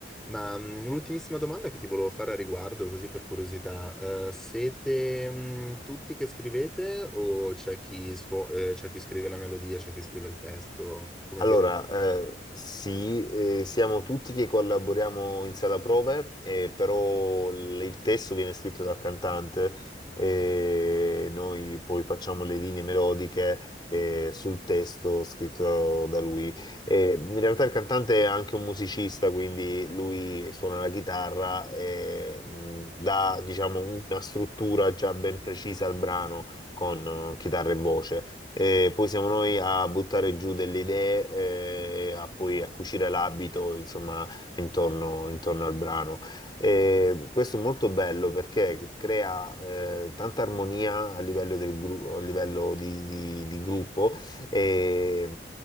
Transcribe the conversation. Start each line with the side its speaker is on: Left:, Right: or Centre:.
Centre: Ma mh, l'ultimissima domanda che ti volevo fare a riguardo, così per curiosità, eh, siete mh, tutti che scrivete o c'è chi, suo- eh, c'è chi scrive la melodia, c'è chi scrive il testo? Come
Left: Allora,
Centre: vi relazionate?
Left: eh, sì, eh, siamo tutti che collaboriamo in sala prove, eh, però l- il testo viene scritto dal cantante e noi poi facciamo le linee melodiche eh, sul testo scritto da lui. Eh, in realtà il cantante è anche un musicista, quindi lui suona la chitarra e mh, dà, diciamo, una struttura già ben precisa al brano con eh, chitarra e voce. Eh, poi siamo noi a buttare giù delle idee, eh, a poi a cucire l'abito, insomma, intorno, intorno al brano. Eh, questo è molto bello perché crea eh, tanta armonia a livello, del gru- a livello di, di- di gruppo e,